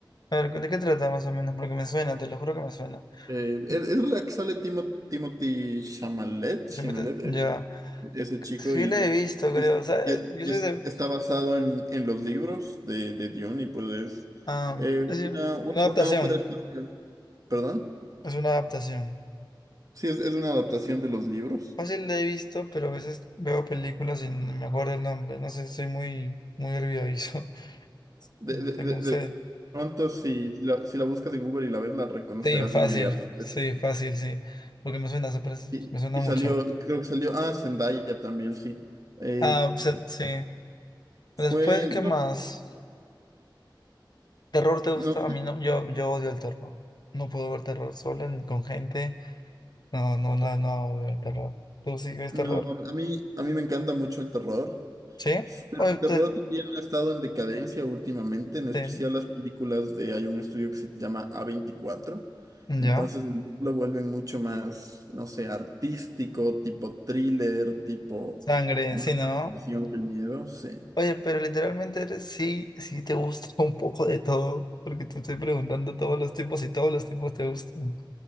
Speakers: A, on the left; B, on the right.
A: A ver, ¿de qué trata más o menos? Porque me suena, te lo juro que me suena.
B: Eh,
A: Mm,
B: es, es la que sale Timo- Timothy Chalamet, Chalamet,
A: Se me te-
B: eh,
A: Ya.
B: ese chico,
A: Sí
B: y,
A: la he visto,
B: y
A: creo. ¿Sabes?
B: es-
A: Yo
B: y
A: soy
B: es-
A: de...
B: está basado en, en los libros de, de Dune, y pues es
A: ah,
B: eh,
A: es decir,
B: una, un-
A: una adaptación.
B: una ópera espacial. ¿Perdón?
A: Es una adaptación.
B: Sí, es, es una adaptación de los libros.
A: Fácil la he visto, pero a veces veo películas y no me acuerdo el nombre. No sé, soy muy, muy olvidadizo.
B: de
A: <laughs>
B: de
A: Tengo un
B: de-
A: sed.
B: Pronto, si la, si la buscas en Google y la ves, la reconocerás
A: Sí, fácil,
B: de inmediato.
A: sí, fácil, sí. Porque me suena, se parece-
B: Y,
A: me suena
B: y
A: mucho.
B: salió, creo que salió, ah, Zendaya también, sí. Eh,
A: Ah, se- sí.
B: fue,
A: Después, ¿qué
B: no,
A: más? ¿Terror te gusta?
B: no sé,
A: A mí no, yo, yo odio el terror. No puedo ver terror sola ni con gente. No, no, no, no veo el terror. ¿Tú sí ves
B: no,
A: terror?
B: a mí, a mí me encanta mucho el terror,
A: ¿Sí?
B: pero
A: Oye,
B: el
A: te-
B: terror también ha estado en decadencia últimamente, en especial
A: te-
B: las películas de, hay un estudio que se llama a veinticuatro
A: ya.
B: entonces el- lo vuelven mucho más, no sé, artístico, tipo thriller, tipo
A: Sangre,
B: más
A: sí, ¿no?
B: presión que el miedo, sí.
A: Oye, pero literalmente eres, sí, sí te gusta <laughs> un poco de todo. Porque te estoy preguntando todos los tipos y todos los tipos te gustan.